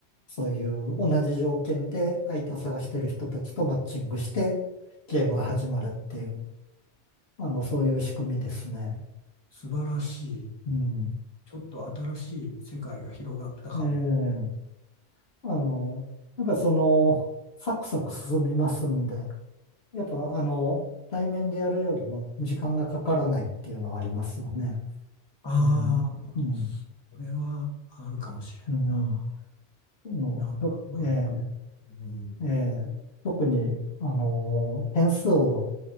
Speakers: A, on the left; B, on the left.
A: そういう同じ条件で相手を探してる人たちとマッチングして、ゲームが始まるっていう、あの、そういう仕組みですね。
B: 素晴らしい。
A: うん。
B: ちょっと新しい世界が広がったかも。
A: ええあの、やっぱりその、サクサク進みますんで、やっぱ、あの、対面でやるよりも時間がかからないっていうのはありますよね。
B: ああ、
A: うん、うん、
B: これはあるかもしれんな。
A: うん。の、
B: なんとなくわかる。
A: と、え
B: うん、
A: え、ええ、特に、あの、点数を